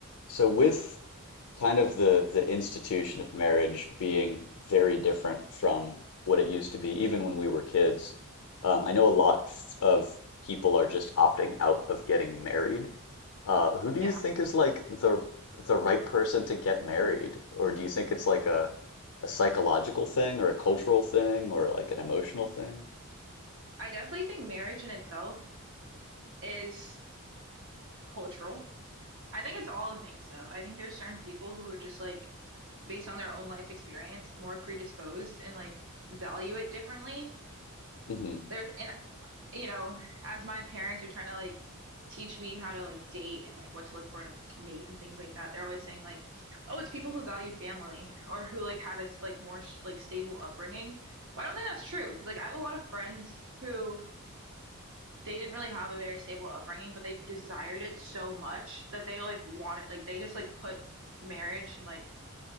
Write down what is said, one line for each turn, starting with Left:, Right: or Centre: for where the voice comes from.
Left: So with kind of the the institution of marriage being very different from what it used to be, even when we were kids, um, I know a lot f- of people are just opting out of getting married. Uh, who do
Right: Yeah,
Left: you think is like the the right person to get married? Or do you think it's like a a psychological thing or a cultural thing or like an emotional thing?
Right: I definitely think marriage in itself is cultural. I think it's all the things though. I think there's certain people who are just like based on their own life experience more predisposed and like value it differently.
Left: hmm
Right: There's and you know, as my parents are trying to like teach me how to like date and like what to look for in a mate and things like that, they're always saying like, "Oh, it's people who value family or who like had a s- like more sh- like stable upbringing." But I don't think that's true because like I have a lot of friends who they didn't really have a very stable upbringing, but they desired it so much that they like wanted like they just like put marriage and like